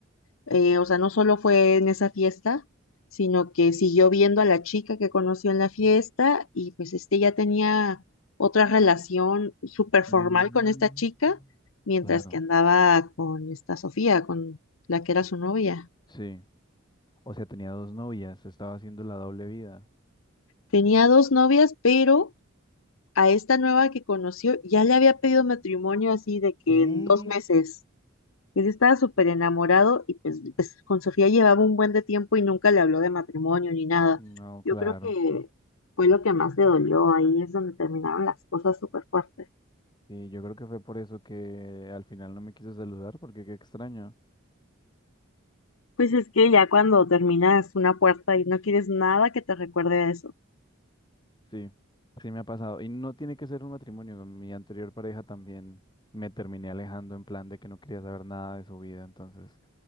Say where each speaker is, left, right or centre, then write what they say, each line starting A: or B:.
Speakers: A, on the left (about 75°); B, on the left (about 20°).
A: eh, o sea, no solo fue en esa fiesta, sino que siguió viendo a la chica que conoció en la fiesta y pues este ya tenía otra relación súper formal
B: y-
A: con esta chica, mientras
B: Claro,
A: que andaba con esta Sofía, con la que era su novia.
B: sí. O sea, tenía dos novias, estaba haciendo la doble vida.
A: Tenía dos novias, pero a esta nueva que conoció, ya le había pedido matrimonio así de que
B: ¿Qué?
A: en dos meses. Él estaba súper enamorado y pues, pues, con Sofía llevaba un buen de tiempo y nunca le habló de matrimonio ni nada.
B: No, claro.
A: Yo creo que fue lo que más le dolió, ahí es donde terminaron las cosas súper fuertes.
B: Y yo creo que fue por eso que al final no me quiso saludar, porque qué extraño.
A: Pues es que ya cuando terminas una puerta y no quieres nada que te recuerde a eso.
B: Sí, sí me ha pasado. Y no tiene que ser un matrimonio. Con mi anterior pareja también me terminé alejando en plan de que no quería saber nada de su vida, entonces.